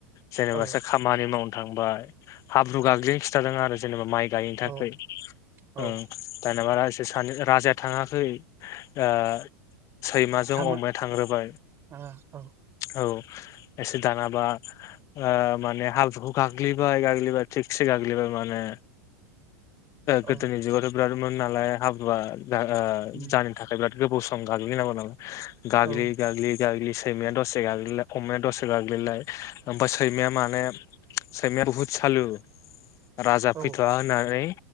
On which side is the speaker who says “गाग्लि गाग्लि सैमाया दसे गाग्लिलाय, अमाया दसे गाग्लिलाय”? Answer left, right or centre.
Left